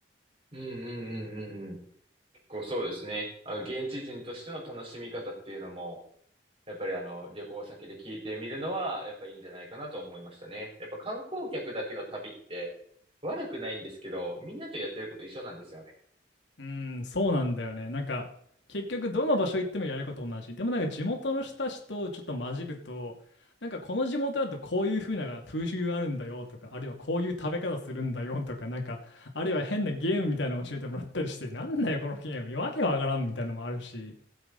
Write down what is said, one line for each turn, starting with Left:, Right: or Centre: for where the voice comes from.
Right: うんうんうんうんうん。結構そうですね。あの、現地人としての楽しみ方っていうのも、やっぱりあの、旅行先で聞いてみるのは、やっぱいいんじゃないかなと思いましたね。やっぱ観光客だけの旅って、悪くないんですけど、みんなとやってること一緒なんですよね。
Left: うん、そうなんだよね。なんか、結局どの場所行ってもやること同じ。でもなんか地元の人たちとちょっと混じると、なんかこの地元だとこういう風な風習があるんだよとか、あるいはこういう食べ方するんだよとか、なんか、あるいは変なゲームみたいなの教えてもらったりして、なんだよこのゲーム、わけわからんみたいなのもあるし。